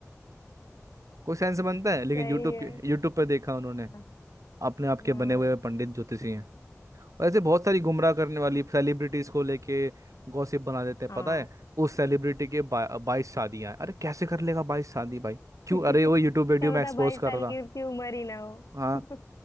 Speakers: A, on the right (about 75°); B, on the left (about 80°).
A: कोई सेंस बनता है लेकिन
B: सही
A: यूट्यूब
B: है
A: के यूट्यूब पर देखा उन्होंने
B: हम्म, <laughs>
A: अपने आप के
B: हम्म
A: बने हुए पंडित ज्योतिषी हैं वैसे बहुत सारी गुमराह करने वाली सेलिब्रिटीज को लेके गॉसिप बना देते हैं
B: हाँ
A: पता है उस सेलिब्रिटी के बा, बाईस शादियां हैं अरे कैसे कर लेगा बाईस शादी भाई
B: <laughs>
A: क्यों
B: क्या
A: अरे वो यूट्यूब वीडियो में
B: पता
A: एक्सपोज
B: बाईस
A: कर
B: साल
A: रहा
B: की उसकी उम्र ही ना हो
A: हाँ
B: <laughs>